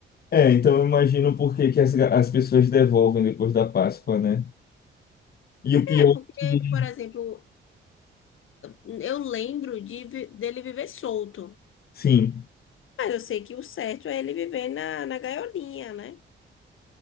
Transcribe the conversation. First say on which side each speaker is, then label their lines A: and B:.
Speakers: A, on the left; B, on the left.
A: É, então eu imagino por que que as, ga- as pessoas devolvem depois da Páscoa, né? E o pior
B: É, porque,
A: é que,
B: por exemplo, eu lembro de, vi- dele viver solto.
A: sim,
B: Mas eu sei que o certo é ele viver na, na gaiolinha, né?